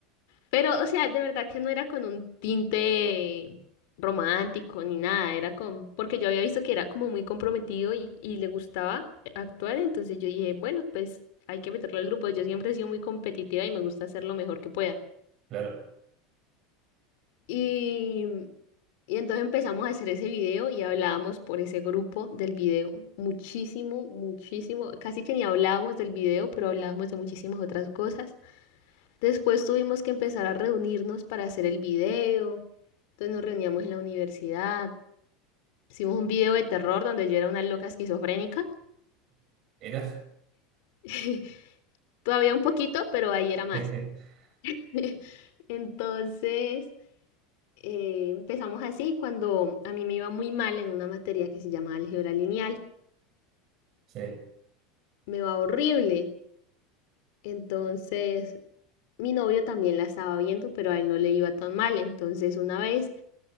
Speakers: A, on the left; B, on the right.
A: Pero, o sea, de verdad que no era con un tinte romántico ni nada, era con, porque yo había visto que era como muy comprometido y, y le gustaba actuar, entonces yo dije, bueno, pues hay que meterlo al grupo, yo siempre he sido muy competitiva y me gusta hacer lo mejor que pueda.
B: Claro.
A: Y, y entonces empezamos a hacer ese video y hablábamos por ese grupo del video muchísimo, muchísimo, casi que ni hablábamos del video, pero hablábamos de muchísimas otras cosas. Después tuvimos que empezar a reunirnos para hacer el video. Entonces nos reuníamos en la universidad, hicimos un video de terror donde yo era una loca esquizofrénica,
B: ¿Eras?
A: <laughs> todavía un poquito, pero ahí era más.
B: <laughs>
A: <laughs> Entonces eh, empezamos así cuando a mí me iba muy mal en una materia que se llama álgebra lineal,
B: Sí. <laughs>
A: me va horrible. Entonces mi novio también la estaba viendo, pero a él no le iba tan mal. Entonces una vez